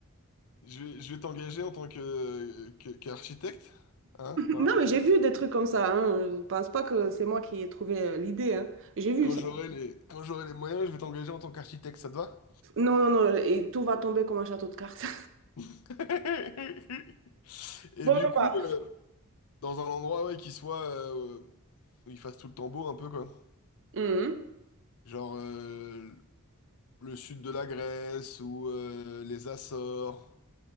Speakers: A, on the left (about 75°); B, on the right (about 60°).
A: Je vais, je vais t'engager en tant que, que- qu'architecte, hein? voilà
B: Non, mais j'ai vu des trucs comme ça. Hein. Je pense pas que c'est moi qui ai trouvé euh, l'idée. hein. J'ai vu
A: Quand
B: ça.
A: j'aurai les, quand j'aurai les moyens, je vais t'engager en tant qu'architecte, ça te va?
B: Non, non, non. Et tout va tomber comme un château de cartes.
A: <laughs> Et
B: Bon,
A: du coup,
B: pas.
A: euh, dans un endroit ouais, qui soit euh, où il fasse tout le temps beau un peu quoi.
B: Mhm.
A: Genre euh, le sud de la Grèce ou euh, les Açores